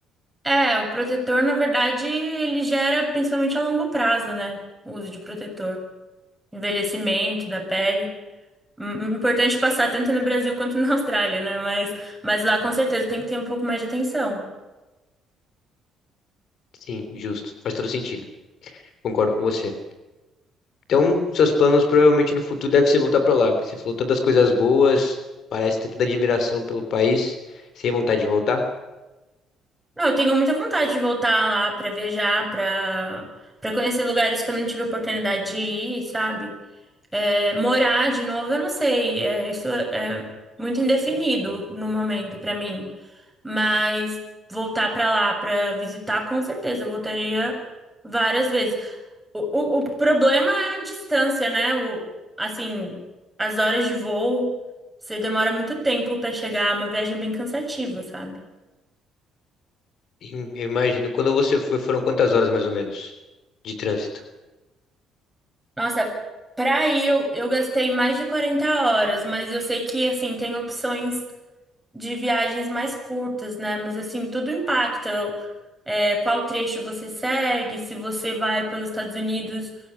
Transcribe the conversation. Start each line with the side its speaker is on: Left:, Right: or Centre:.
Centre: É, o protetor, na verdade, ele gera principalmente a longo prazo, né? O uso de protetor, envelhecimento da pele. Hum, Importante passar tanto no Brasil quanto na <laughs> Austrália, né? Mas, mas lá com certeza tem que ter um pouco mais de atenção.
Left: Sim, justo. Faz todo sentido. Concordo com você. Então, seus planos provavelmente no futuro devem ser voltar para lá, porque você falou tantas coisas boas, parece ter tanta admiração pelo país, sem vontade de voltar.
Centre: Não, eu tenho muita vontade de voltar lá pra viajar, pra para conhecer lugares que eu não tive oportunidade de ir, sabe? É, morar de novo, eu não sei. É, isso é muito indefinido no momento pra mim. Mas voltar pra lá pra visitar, com certeza, eu voltaria várias vezes. O, o, o problema é a distância, né? O, assim, as horas de voo, você demora muito tempo pra chegar, é uma viagem bem cansativa, sabe?
Left: E Eu imagino, quando você foi, foram quantas horas mais ou menos de trânsito?
Centre: Nossa, pra ir eu, eu gastei mais de 40 horas, mas eu sei que, assim, tem opções de viagens mais curtas, né? Mas, assim, tudo impacta. É, qual trecho você segue, se você vai pelos Estados Unidos,